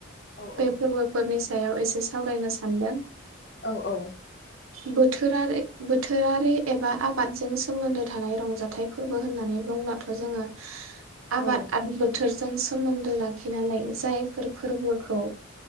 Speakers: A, on the left; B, on the right.
A: औ
B: बे
A: औ
B: फोरबोफोरनि सायाव एसे सावरायनो सानदों
A: औ औ
B: बोथोरारि बोथोरारि एबा आबादजों सोमोन्दो थानाय रंजाथाइ फोरबो होननानै बुंब्लाथ' जोंङो आबाद
A: औ
B: आरो बोथोर जों सोमोन्दो लाखिनानै जायफोर फोरबोखौ